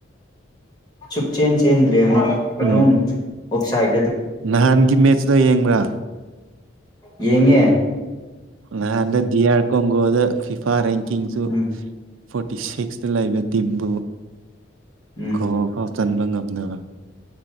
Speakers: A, on the left (about 20°); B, on the right (about 80°).
A: ꯆꯨꯞ ꯆꯦꯟ ꯆꯦꯟꯗ꯭ꯔꯦ ꯑꯃ ꯑꯗꯨꯝ
B: ꯎꯝ
A: ꯑꯣꯐꯁꯥꯏꯦ
B: ꯅꯍꯥꯟꯒꯤ ꯃꯦꯠꯆꯇꯣ ꯌꯦꯡꯕ꯭ꯔꯥ
A: ꯌꯦꯡꯉꯦ
B: ꯅꯍꯗ ꯗꯤꯌꯥꯀꯣ ꯍꯗ ꯐꯤꯐꯥꯟ ꯁꯨ
A: ꯎꯝ
B: ꯐꯣꯔꯇꯤ ꯁꯤꯛꯁꯇ ꯂꯩꯕ ꯇꯤꯝꯕꯨ
A: ꯎꯝ
B: ꯒꯣꯋꯥ ꯐꯥꯎ ꯆꯟꯕ ꯉꯝꯅꯕ